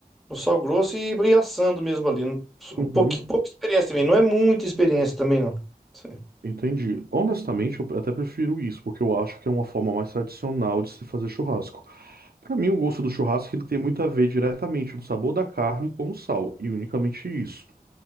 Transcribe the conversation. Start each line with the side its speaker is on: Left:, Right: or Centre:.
Centre: no sal grosso e, e assando mesmo ali. Um
Right: Uhum.
Centre: pouquinho, pouca experiência também, não é muita experiência também, não. Sim,
Right: Entendi. Honestamente, eu até prefiro isso, porque eu acho que é uma forma mais tradicional de se fazer churrasco. Para mim, o gosto do churrasco ele tem muito a ver diretamente do sabor da carne com o sal, e unicamente isso.